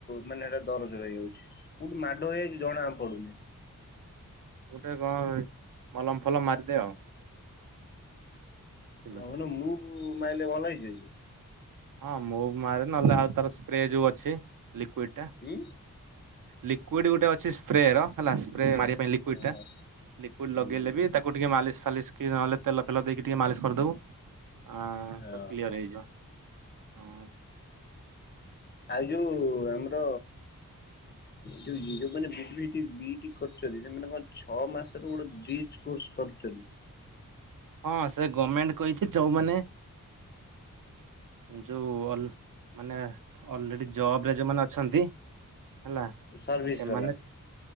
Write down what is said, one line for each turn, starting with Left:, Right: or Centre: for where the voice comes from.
Left: ମାନେ ଏଇଟା ଦରଜ ହେଇଯାଉଛି କୋଉଠି ମାଡ ହେଇଯାଇଛି ଜଣା ପଡୁନି।
Right: ଗୋଟେ କଣ ମଲମ ଫଲମ ମାରିଦେ ଆଉ। ବୁଝିଲୁ
Left: <unintelligible> ମୁଁ କୁ ମାଇଲେ ଭଲ ହେଇ ଯିବ କି?
Right: ହଁ ମୁବ ମାରେ ନହେଲେ ଆଉ ତାର ସ୍ପ୍ରେ ଯୋଉ ଅଛି। ଲିିକ୍ୟୁଇଟା
Left: ଉଁ
Right: ଲିକ୍ୟୁଡ ଗୋଟେ ଅଛି ସ୍ପ୍ରେ ର ହେଲା ସ୍ପ୍ରେ ଲିଉଟି
Left: ଓହୋ
Right: ଟା ଲିଉଟି ଲଗେଇଲେ
Left: ହୁଁ
Right: ବି ତାକୁ ଟିକେ ମାଲିସ ଫାଲିସ ନହେଲେ ତେଲ ତେଲ ଦେଇକି ଟିକେ ମାଲିସ କରିଦବୁ ଆ
Left: ହଁ
Right: ତ କ୍ଲିୟର
Left: ହଁ।
Right: ହେଇଯିବ। ହଁ।
Left: ଆଉ ଯୋଉ ଆମର ଯୋଉ <unintelligible> ବିଏଡି କରୁଛନ୍ତି ସେମାନେ କଣ ଛଅ ମାସର ଗୋଟେ ବିଜ କୋସ କରଛନ୍ତି।
Right: ହଁ ସେ ଗମେଣ୍ଟ କହିଛି ଯୋଉମାନେ ଯୋଉ ମାନେ ଅଲରେଡି ଜବ ରେ ଯୋଉମାନେ ଅଛନ୍ତି। ହେଲା
Left: ସର୍ଭିସ
Right: ଆ ସେମାନେ
Left: ବାଲା